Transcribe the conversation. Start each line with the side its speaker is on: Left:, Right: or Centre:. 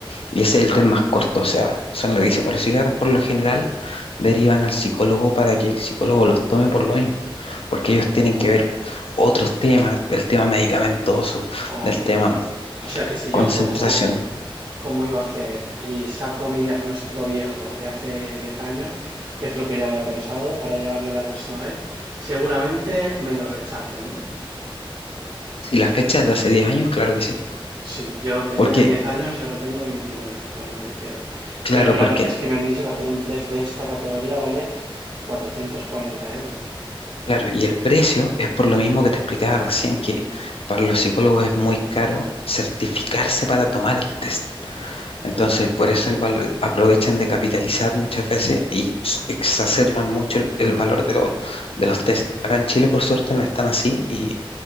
Left: Y ese es
Right: vale,
Left: el tema más corto, o sea, son larguísimos.
Right: ok.
Left: Los psiquiatras por lo general derivan al psicólogo para que el psicólogo los tome por lo mismo, porque ellos tienen que ver otros temas, del tema medicamentoso, del
Right: Ok.
Left: tema
Right: O sea que si
Left: concentración.
Right: yo cojo cómo iba a hacer y saco mi diagnóstico viejo de hace 10 años, que es lo que yo había pensado para llevarlo la próxima vez, seguramente me lo rechacen, ¿no?
Left: Si la fecha es de hace 10 años, claro que sí.
Right: Sí, yo tenía
Left: Porque,
Right: 10 años y ahora tengo 29 cuando me lo hicieron.
Left: claro,
Right: Pero
Left: porque,
Right: claro, es que me han dicho que hacer un test de esta categoría vale 440 euros.
Left: claro, y el precio es por lo mismo que te explicaba recién, que para los psicólogos es muy caro certificarse para tomar el test. Entonces,
Right: Claro.
Left: por eso el valor, aprovechan de capitalizar muchas veces y s- exacerban mucho el, el valor de, los de los test. Acá en Chile, por suerte, no están así y